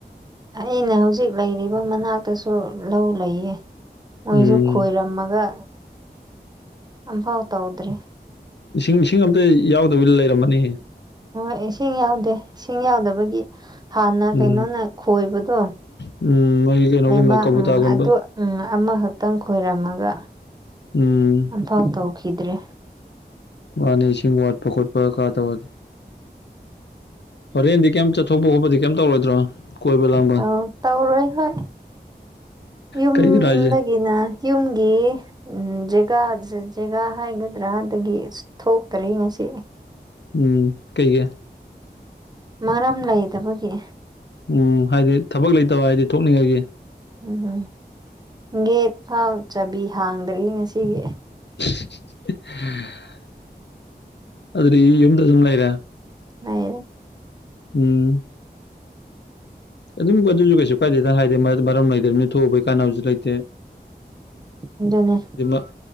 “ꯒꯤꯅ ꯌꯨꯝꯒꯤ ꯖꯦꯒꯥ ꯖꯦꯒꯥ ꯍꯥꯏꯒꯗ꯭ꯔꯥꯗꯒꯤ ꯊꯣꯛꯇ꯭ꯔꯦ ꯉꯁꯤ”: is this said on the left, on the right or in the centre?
Right